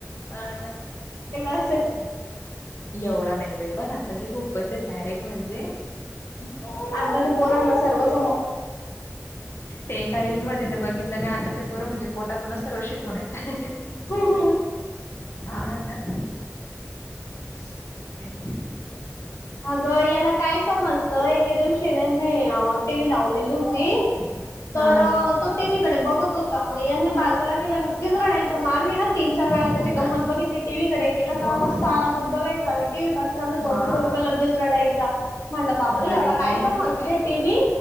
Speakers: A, on the left (about 50°); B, on the left (about 65°).
A: अ ना
B: असेल
A: एवढा नाही व पण आताची खूप <unintelligible> कस गॅरेक म्हणजे <unintelligible>
B: आत्ताज पोरांना सर्वच <unintelligible>
A: ते एका रीलमध्येध्ये तर बघितलं मी आताच्या पोर म्हणजे <unintelligible> पोटातूनच सर्व शिकून येत
B: हम्म हम्म.
A: हा ना <unintelligible>
B: ह <unintelligible>
A: तेन <unintelligible>
B: अगं याला काय समजतं एके दिवशी ननी टीव्ही लावलेली होती <unintelligible> ताई
A: हा
B: तर तो टीव कडे बघत होता मया बाजूला <unintelligible> अगदीच रडायचा ना तीन चार वेळा
A: हो
B: त्याची
A: ना
B: गंमत बघितली टीव्ही कडे केलं का
A: मग
B: मस्त आरामात बघायचं टीव्ही पासून आस
A: हा
B: तोंड फिरवला का लगेच रडायचा म्हणलं बापरे
A: बाई
B: याला काय समजते टीव्ही